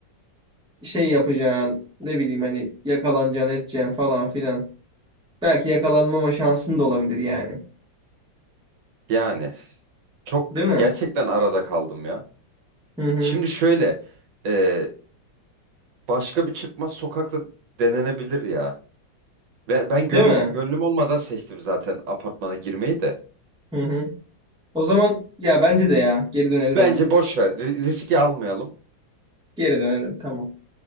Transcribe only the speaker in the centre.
şey yapacaksın. Ne bileyim hani yakalanacaksın edeceksin falan filan. Belki yakalanmama şansın da olabilir yani.
Değil mi?
Hı hı.
Değil mi?
Hı hı. O zaman ya bence de ya. Geri dönelim
hemen.
Geri dönelim. Tamam.